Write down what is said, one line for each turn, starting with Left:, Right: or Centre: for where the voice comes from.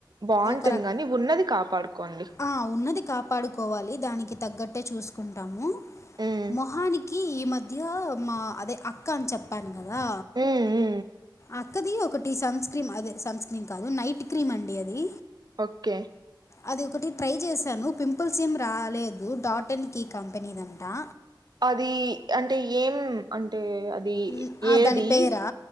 Right: బాగుంటుందని
Left: ఒక రక
Right: ఉన్నది కాపాడుకోండి.
Left: ఆ ఉన్నది కాపాడుకోవాలి, దానికి తగ్గట్టే చూసుకుంటాము.
Right: ఉమ్
Left: మొహానికి ఈ మధ్య మా అదే అక్క అని చెప్పాను కదా
Right: ఉమ్ ఉ
Left: అక్కది ఒకటి సన్ స్క్రీమ్ అదే సన్ స్క్రీమ్ కాదు, నైట్ క్రీమ్ అండి అది.
Right: ఓకే
Left: అది ఒకటి ట్రై చేశాను, పింపుల్స్ ఏం రాలేదు డాట్న్ కి కంపెనీదంటా
Right: అది అంటే ఏం అంటే అద్ ది
Left: ఉమ్, ఆ,
Right: ఏది
Left: దాని పేరా